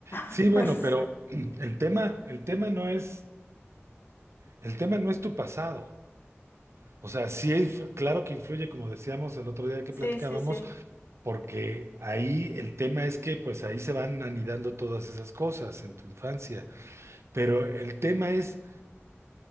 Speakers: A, on the right; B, on the left.
A: Sí,
B: <laughs>
A: bueno, pero <clears throat> el tema, el tema no es, el tema no es tu pasado. O sea, sí, inf- claro que influye, como decíamos el otro día que
B: Sí,
A: platicábamos,
B: sí, sí.
A: porque ahí el tema es que pues ahí se van anidando todas esas cosas en tu infancia, pero el tema es